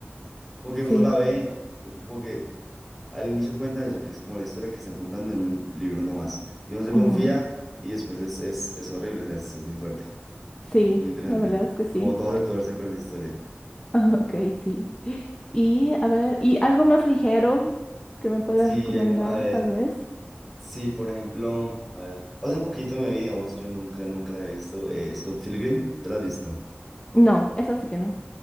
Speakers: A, in the centre; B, on the left (about 25°).
A: Como que
B: Sí,
A: uno la ve, como que Al inicio cuentan eso, que es como la historia que están contando en un libro nomás. Y uno se confía
B: ujú,
A: y después es, es, es horrible, o sea, es, es muy fuerte,
B: Sí,
A: es muy interesante.
B: la verdad es que sí.
A: Como todos torce con esa historia.
B: <laughs> Ok, sí. Y a ver, ¿y algo más ligero que me puedas
A: Sí,
B: recomendar,
A: algo- a ver,
B: tal vez?
A: sí, por ejemplo, a ver, hace poquito me vi, digamos, yo nunca, nunca la había visto, eh, Scott Pilgrim, ¿te la has visto?
B: No, eso sí que no.